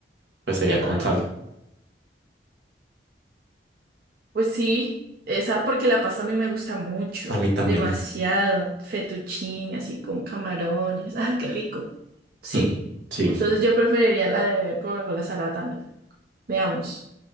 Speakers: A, on the right (about 80°); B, on the right (about 55°).
A: Pues sería
B: ¿verdad?
A: con sal.
B: No. Pues sí, esa porque la pasta a mí me gusta mucho,
A: A mí también.
B: demasiado, fettuccine, así con camarones, ¡ay, qué rico! Sí,
A: Mm, Sí.
B: entonces yo preferiría la de beber Coca-Cola salada también. Veamos.